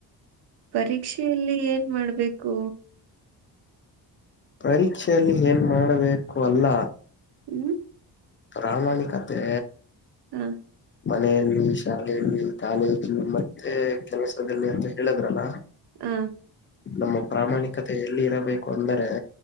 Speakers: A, on the right (about 70°); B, on the left (about 30°).
A: ಪರೀಕ್ಷೆಯಲ್ಲಿ ಏನ್ ಮಾಡ್ಬೇಕು
B: ಪರೀಕ್ಷೆಯಲ್ಲಿ ಏನ್ ಮಾಡಬೇಕು ಅಲ್ಲ
A: ಹ್ಮ್
B: ಪ್ರಾಮಾಣಿಕತೆ
A: <inaudible>
B: ಮನೆಯಲ್ಲಿ ಶಾಲೆಯಲ್ಲಿ ಕಾಲೇಜು ಮತ್ತೆ ಕೆಲಸದಲ್ಲಿ ಅಂತ ಹೇಳಿದ್ರಲ್ಲ
A: ಹಾ
B: ನಮ್ಮ ಪ್ರಾಮಾಣಿಕತೆ ಎಲ್ಲಿ ಇರಬೇಕು ಅಂದರೆ